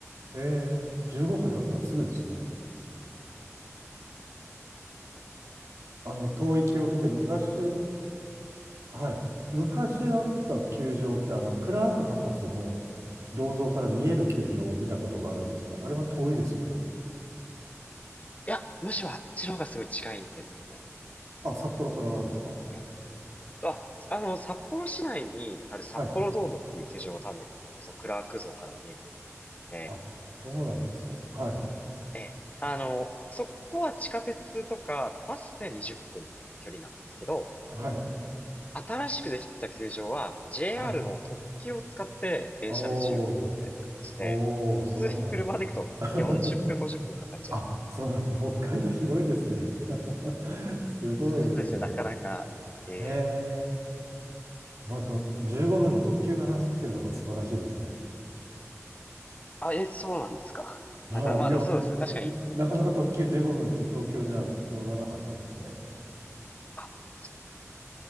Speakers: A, on the right; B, on the left.
A: えー、15分だったらすぐですね。あの、遠い記憶で昔、はい。昔あった球場って、あの、クラーク博士の銅像から見える球場を見たことがあるんですけど、あれは遠いですよね。
B: いや、むしろあっちの方がすごい近いんですよね。
A: あ、札幌からですか
B: えっと、あ、あの、札幌市内にある札幌ドームっていう球場が多分、
A: はい。
B: そのクラーク像から見えていると思ってて、
A: あ、そうなんですね。はい。
B: ええ、あの、そこは地下鉄とかバスで20分とかの距離なんですけど、
A: はい。
B: 新しくできた球場は JR
A: はい。
B: の特急を使って電車で15分みたいな感じで、
A: おー、おー、
B: 普通に車で行くと40分、
A: そうなんですね。<laughs>
B: 50分かかっちゃいます。
A: あ、そうなんです。北海道広いですね。<laughs> すごいですね。
B: そうですね、なかなか、ええ、
A: ええまあ、あと、15分の特急が走ってるのが素晴らしいですね。
B: あ、え、そうなんですか。
A: はい。
B: なかなか、まあでもそうですね。
A: いや、
B: 確かに
A: なかなか特急15分って東京じゃ乗らなかったですね。
B: あ、そう。